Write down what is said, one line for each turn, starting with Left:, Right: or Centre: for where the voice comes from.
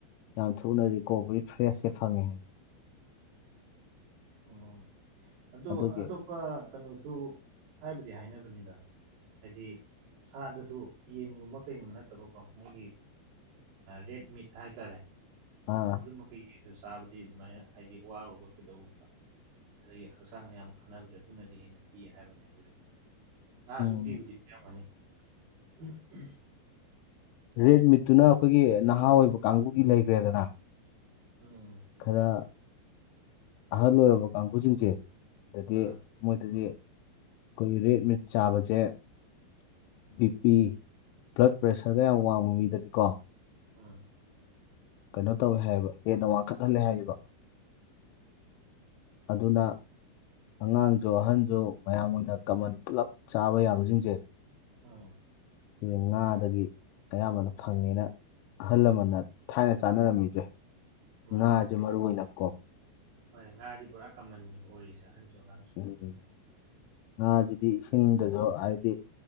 Left: ꯌꯥꯝ ꯊꯨꯅ ꯔꯤꯀꯣꯕꯔꯤ ꯐ꯭ꯔꯦꯁꯁꯦ ꯐꯪꯉꯦ ꯍꯥꯏ
Right: ꯑꯣ ꯑꯗꯨꯣ
Left: ꯑꯗꯨꯒꯤ
Right: ꯑꯇꯣꯞꯄ ꯀꯩꯅꯣ ꯁꯨ ꯍꯥꯏꯕꯗꯤ ꯍꯥꯏꯅꯕꯅꯤꯗ ꯍꯥꯏꯗꯤ ꯁꯥꯗꯁꯨ ꯌꯦꯟꯒꯨꯝꯕ ꯀꯩꯒꯨꯝꯕ ꯅꯠꯇꯕꯀꯣ ꯃꯣꯏꯒꯤ ꯔꯦꯠ ꯃꯤꯠ ꯍꯥꯏꯇꯥꯔꯦ
Left: ꯑꯥ
Right: ꯑꯗꯨ ꯃꯈꯩ ꯌꯦꯡꯁꯤ ꯆꯥꯕꯗꯤ ꯑꯗꯨꯃꯥꯏꯅ ꯍꯥꯏꯗꯤ ꯋꯥꯔꯨꯕ ꯀꯩꯗꯧꯨꯕ ꯑꯗꯒꯤ ꯍꯛꯆꯥꯡꯗ ꯌꯥꯝ ꯈꯟꯅꯅꯕꯁꯦ ꯑꯗꯨꯅꯗꯤ ꯍꯦꯟꯅ ꯄꯤ ꯍꯥꯏꯕꯅꯤ ꯑꯗꯨꯁꯨ ꯉꯥꯁꯨ
Left: ꯎꯝ
Right: ꯄꯤꯕꯨꯗꯤ ꯄꯤꯔꯝꯒꯅꯤ ꯎꯝ ꯎꯝ
Left: ꯔꯦꯠ ꯃꯤꯠꯇꯨꯅ ꯑꯩꯈꯣꯏꯒꯤ ꯅꯍꯥ ꯑꯣꯏꯕ ꯀꯥꯡꯕꯨꯒꯤ ꯂꯩꯈ꯭ꯔꯦꯗꯅ
Right: ꯎꯝ
Left: ꯈꯔ ꯑꯍꯔ ꯂꯣꯏꯔꯔꯕ ꯀ ꯀꯥꯡꯪꯈꯨ ꯆꯤꯡ ꯆꯦ ꯑꯗꯨꯗꯗꯤ
Right: ꯎꯝ
Left: ꯃꯣꯏꯗꯗꯤ ꯑꯩꯈꯣꯏꯒꯤ ꯔꯦꯠ ꯃꯤꯠ ꯆꯥꯕꯁꯦ ꯕꯤ ꯄꯤ ꯕ꯭ꯂꯠ ꯄ꯭ꯔꯦꯁꯔꯒ ꯌꯥꯝ ꯋꯥꯡꯕ ꯃꯤꯗꯗꯤꯀꯣ
Right: ꯎꯝ
Left: ꯀꯩꯅꯣ ꯇꯧꯋꯦ ꯍꯥꯏꯕ ꯍꯦꯟꯅ ꯋꯥꯡꯈꯠꯍꯜꯂꯦ ꯍꯥꯏꯕ ꯑꯗꯨꯅ ꯑꯉꯥꯡꯁꯨ ꯑꯍꯟꯁꯨ ꯃꯌꯥꯝ ꯑꯣꯏꯅ ꯀꯃꯟ ꯄꯨꯂꯞ ꯆꯥꯕ ꯌꯥꯕꯁꯤꯡꯁꯦ
Right: ꯑꯣ
Left: ꯁꯤꯁ ꯉꯥꯗꯒꯤ ꯑꯌꯥꯝꯕꯅ ꯐꯪꯉꯦꯅ ꯑꯍꯜ ꯂꯃꯟꯅ ꯊꯥꯏꯅ ꯆꯥꯅꯔꯝꯃꯤꯁꯦ
Right: ꯃꯥꯅꯦ
Left: ꯉꯅꯥꯖꯦ
Right: ꯃꯥꯅꯦ
Left: ꯃꯔꯔ ꯅꯀꯣ
Right: ꯍꯣꯏ ꯉꯥꯗꯤ ꯄꯨꯔꯥ ꯀꯃꯟꯅꯤ ꯑꯣꯏꯔꯤꯁꯦ ꯑꯟ ꯒꯔ
Left: ꯎꯝ ꯉꯥꯁꯤꯗꯤ ꯏꯁꯤꯡꯗꯁꯨ ꯍꯥꯏꯗꯤ